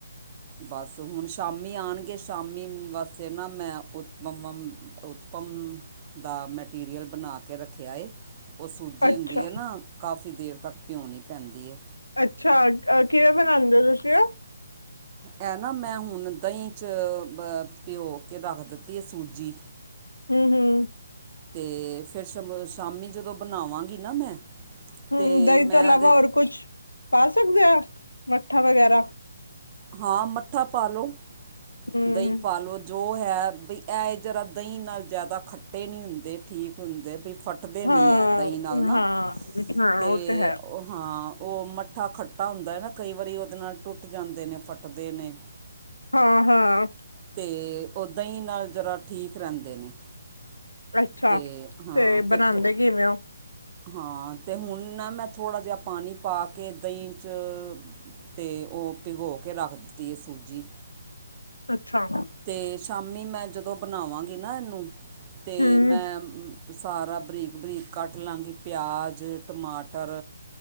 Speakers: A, on the right (about 25°); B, on the left (about 85°).
A: ਬਸ ਹੁਣ ਸ਼ਾਮੀ ਆਣਗੇ ਸ਼ਾਮੀ ਵਾਸਤੇ ਨਾ ਮੈਂ ਉਤਮਮ ਉਤਮ ਦਾ ਮੈਟੀਰੀਅਲ ਬਣਾ ਕੇ ਰੱਖਿਆ ਏ। ਉਹ ਸੂਜੀ
B: ਅੱਛਾ
A: ਹੁੰਦੀ ਹੈ ਨਾ, ਕਾਫੀ ਦੇਰ ਤੱਕ ਭਿਉਂਣੀ ਪੈਂਦੀ ਐ।
B: ਅੱਛਾ, ਕਿਵੇਂ ਬਣਾਉਂਦੇ ਹੋ ਤੁਸੀਂ ਉਹ
A: ਇਹ ਨਾ ਮੈਂ ਹੁਣ ਦਹੀਂ ਚ ਭਿਓ ਕੇ ਰੱਖ ਦਿੱਤੀ ਹੈ ਸੂਜੀ
B: ਹੁੰ ਹੂੰ
A: ਅਤੇ ਫਿਰ ਸ਼ਾਮੀਂ ਜਦੋਂ ਬਣਾਵਾਂਗੀ ਨਾ ਮੈਂ
B: ਹਮ
A: ਤੇ
B: ਦਹੀਂ
A: ਮੈਂ
B: ਤੋਂ ਇਲਾਵਾ
A: ਤੇ
B: ਹੋਰ ਕੁਛ ਪਾ ਸਕਦੇ ਹਾਂ, ਮੱਠਾ ਵਗੈਰਾ
A: ਹਾਂ ਮੱਠਾ ਪਾ ਲਓ,
B: ਹਮ
A: ਦਹੀਂ ਪਾ ਲਉ ਜੋ ਹੈ ਵੀ ਇਹ ਜ਼ਰਾ ਦਹੀਂ ਨਾਲ ਜ਼ਿਆਦਾ ਖੱਟੇ ਨਹੀਂ ਹੁੰਦੇ, ਠੀਕ ਹੁੰਦੇ ਵੀ ਫੱਟਦੇ
B: ਹਾਂ
A: ਨੀ ਹੈ ਦਹੀਂ ਨਾਲ ਨਾ
B: ਹਾਂ ਹਾਂ
A: ਤੇ
B: ਉਹ ਹੈ
A: ਉਹ ਹਾਂ ਉਹ ਮੱਠਾ ਖੱਟਾ ਹੁੰਦਾ ਨਾ ਕਈ ਵਾਰੀ ਉਹਦੇ ਨਾਲ ਟੁੱਟ ਜਾਂਦੇ ਨੇ ਫੱਟਦੇ ਨੇ
B: ਹਾਂ -ਹਾਂ
A: ਅਤੇ ਉੱਦਾਂ ਹੀ ਨਾਲ ਜ਼ਰਾ ਠੀਕ ਰਹਿੰਦੇ ਨੇ
B: ਅੱਛਾ,
A: ਅਤੇ ਹਾਂ
B: ਤੇ
A: ਅ ਤੇਥੋ
B: ਬਣਾਂਦੇ ਕਿਵੇਂ ਓ?
A: ਹਾਂ ਅਤੇ ਹੁਣ ਨਾ ਮੈਂ ਥੋੜ੍ਹਾ ਜਿਹਾ ਪਾਣੀ ਪਾ ਕੇ ਦਹੀਂ 'ਚ ਤੇ ਉਹ ਭਿਗੋ ਕੇ ਰੱਖ ਦਿੱਤੀ ਹੈ ਸੂਜੀ
B: ਅੱਛਾ
A: ਤੇ ਸ਼ਾਮੀ ਮੈਂ ਜਦੋਂ ਬਣਾਵਾਂਗੀ ਨਾ ਇਹਨੂੰ ਤੇ
B: ਹੂੰ।
A: ਮੈਂ ਸਾਰਾ ਬਰੀਕ -ਬਰੀਕ ਕੱਟ ਲਾਂਗੀ ਪਿਆਜ਼, ਟਮਾਟਰ